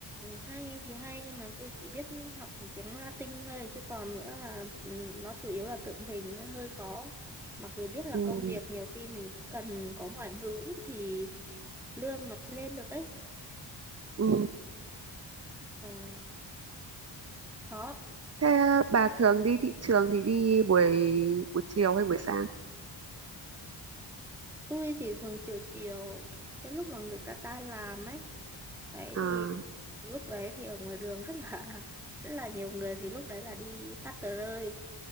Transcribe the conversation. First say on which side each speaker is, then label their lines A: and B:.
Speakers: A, in the centre; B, on the right.
A: hay thì hay nhưng mà tôi chỉ biết học tiếng Latin thôi chứ còn nữa là ừ, nó chủ yếu là tượng hình nó hơi khó. Mặc dù biết là
B: ừ,
A: công việc nhiều khi mình cũng cần có ngoại ngữ thì lương nó mới lên được ấy.
B: ừ.
A: Mà khó
B: thế bà thường đi thị trường thì đi buổi buổi chiều hay buổi sáng
A: Tôi thì thường chiều chiều cái lúc mà người ta tan làm ấy đấy
B: à,
A: thì lúc đấy thì ở ngoài đường rất là <laughs> rất là nhiều người thì lúc đấy là đi phát tờ rơi